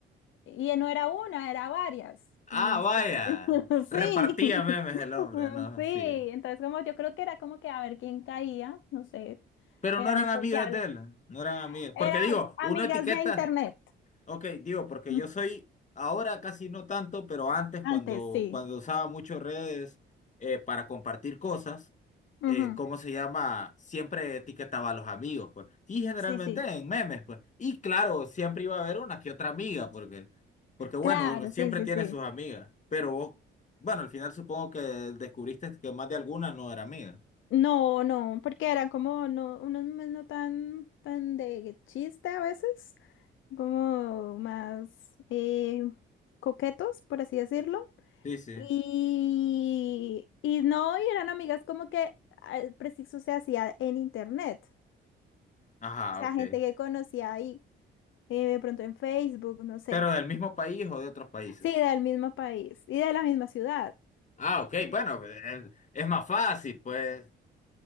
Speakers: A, on the left; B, on the left.
A: y no era una, era varias.
B: Ah,
A: Y es
B: vaya.
A: como- <laughs> sí,
B: Repartía memes
A: <laughs>
B: el hombre, no,
A: sí.
B: sí.
A: Entonces, como yo creo que era como que a ver quién caía, no sé,
B: Pero
A: era
B: no eran
A: muy
B: amigas
A: sociable.
B: de él, no eran amigas.
A: Era
B: Porque digo,
A: amigas
B: uno etiqueta.
A: de internet.
B: Ok, digo, porque
A: <laughs> mm,
B: yo soy, ahora casi no tanto, pero antes
A: Antes,
B: cuando,
A: sí.
B: cuando usaba mucho redes eh, para compartir cosas,
A: Ujú,
B: eh, ¿cómo se llama? Siempre etiquetaba a los amigos, pues. Y generalmente
A: Sí, sí.
B: en memes, pues. Y claro, siempre iba a haber una que otra amiga, porque, porque bueno,
A: Claro,
B: uno siempre
A: sí, sí,
B: tiene
A: sí.
B: sus amigas, pero vos, bueno, al final supongo que descubriste que más de alguna no era amiga.
A: No, no, porque eran como no, unos memes no tan, tan de chiste a veces, como más eh, coquetos, por así decirlo.
B: Sí, sí.
A: Y, y no, y eran amigas como que el preciso se hacía en internet.
B: Ajá,
A: O sea,
B: ok.
A: gente que conocía ahí, eh, de pronto en Facebook, no sé.
B: Pero del mismo país o de otros países.
A: Sí, del mismo país y de la misma ciudad.
B: Ah, ok, bueno, eh, es más fácil, pues.